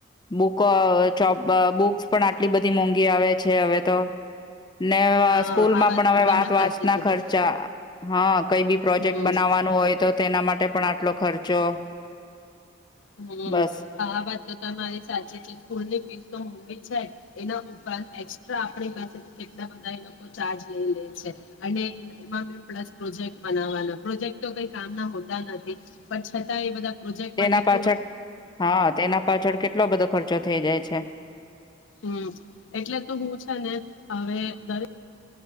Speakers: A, on the left (about 25°); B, on the left (about 85°).
A: બુક બ ચોપ બુક્સ પણ આટલી બધી મોંઘી આવે છે, હવે તો ને
B: હા
A: સ્કૂલમાં
B: આ
A: પણ
B: તો
A: હવે
B: તમે
A: વાત વાત
B: સાચી
A: ના
B: કીધી
A: ખર્ચા હા કઈ બી પ્રોજેક્ટ
B: હમ
A: બનાવવાનું હોય તો તેના માટે પણ આટલો ખર્ચો
B: હમ્મ
A: બસ
B: વાત તો તમારી સાથેચ સ્કૂલની ફીસ તો મોંઘી છે, એના ઉપરાંત એસ્ટ્રા આપણી પાસે કેટલા બધા એ લોકો ચાર્જ લઈ લે છે, અને એમાં મે પ્લસ પ્રોજેક્ટ બનાવાના પ્રોજેક્ટ તો કઈ કામ ના હોતા નથી પણ છતાં એ બધા પ્રોજેક્ટમાં
A: તેના
B: કે
A: પાછળ હા તેના પાછળ કેટલો બધો ખર્ચો થઈ જાય છે
B: હમ્મ એટલે તો હું છે ને હવે દરેક